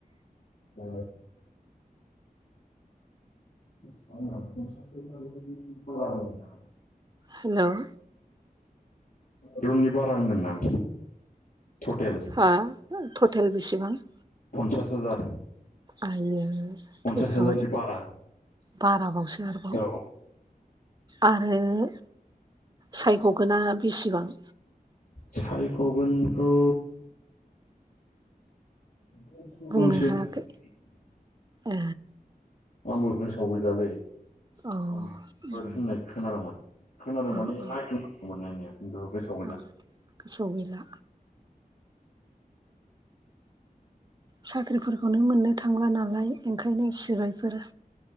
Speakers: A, on the left; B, on the right.
A: औ <inaudible>
B: हेल'।
A: रुमनि बारा होनदों आं टटेल।
B: आं टटेल बेसेबां?
A: पन्सास हाजार।
B: आइय
A: पन्सास
B: थैखाबाय
A: हाजारनि बारा
B: बाराबावसो आरोबाव।
A: औ
B: आरो सायख'गोना बेसेबां?
A: सायख'गोनखौ दनसो
B: बुंनो
A: होनदोंमोन
B: हायाखै ओ।
A: आंबो गोसोआव गैलालै <unintelligible>
B: औ अ
A: होननाय खोनादोंमोन। खोनादों
B: अ
A: माने नायदोंमोने माने नायनाया खिन्थु गोसोआव गैला।
B: अ गोसोआव गैला साख्रिफोरखौनो मोननो थांला नालाय ओंखायनो सिबायफोर